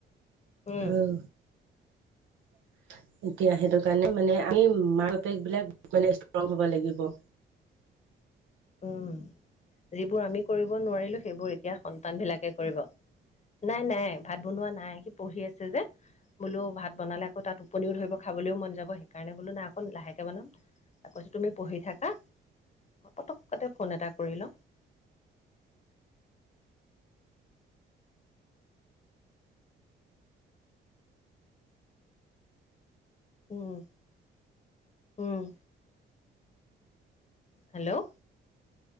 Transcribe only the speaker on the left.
উম
উম, এইবোৰ আমি কৰিব নোৱাৰিলোঁ সেইবোৰ এতিয়া সন্তান বিলাকে কৰিব। নাই-নাই ভাত বনোৱা নাই সি পঢ়ি আছে যে বোলো ভাত বনালে আকৌ তাত টোপনিও ধৰিব খাবলৈ তো মন যাব সেইকাৰণে বোলো নাই অকণ লাহেকে বনাম কৈছো তুমি পঢ়ি থাকা
পটকতে ফোন এটা কৰি লওঁ। উম, উম। হেল্ল',